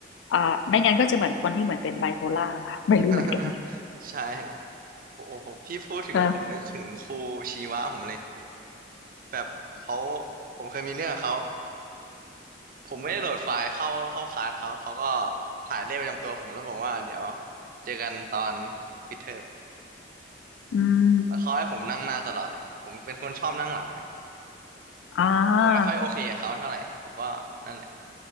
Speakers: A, on the left; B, on the right.
A: อ่าไม่งั้นก็จะเหมือนคนที่เหมือนเป็นไบโพล่ามาไม่รู้เหมือนกัน
B: <laughs> ใช่ฮะโอ้โหผมพี่พูดถึงแล้วผมนึกถึงครูชีวะผมเลย
A: <laughs> เออ
B: แบบเขาผมเคยมีเรื่องกับเขาผมไม่ได้โหลดไฟล์เข้าเข้าคลาสเขาเขาก็ถ่ายเลขประจำตัวผมแล้วบอกว่าเดี๋ยวเจอกันตอนปิดเทอม
A: อืม
B: แล้วเขาให้ผมนั่งหน้าตลอดเลยผมเป็นคนชอบนั่งหลังอะ
A: อ่า
B: ผมก็ไม่ค่อยโอเคกับเขาเท่าไหร่ผมก็นั่นแหละ